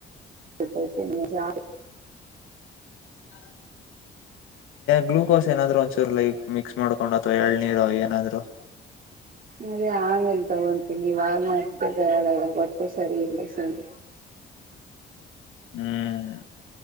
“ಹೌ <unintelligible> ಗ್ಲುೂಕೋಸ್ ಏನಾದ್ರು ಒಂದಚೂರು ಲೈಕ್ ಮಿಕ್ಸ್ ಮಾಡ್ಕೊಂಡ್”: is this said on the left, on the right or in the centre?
Left